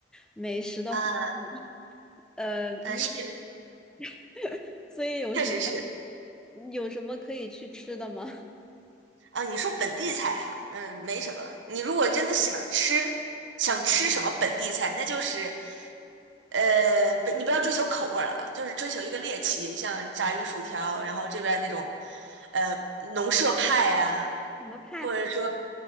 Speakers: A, in the centre; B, on the right.
A: 美食的荒漠。
B: 啊，
A: 呃，你
B: 嗯，是，
A: <laughs> 所以有什么
B: 确实是
A: 有什么可以去吃的吗？<laughs>
B: 啊。你说本地菜哈，嗯，没什么。你如果真的想吃，想吃什么本地菜，那就是，呃，不，你不要追求口味儿了啊，就是追求一个猎奇，像炸鱼薯条，然后这边那种，呃，农舍派呀、
A: 什么派？
B: 或者说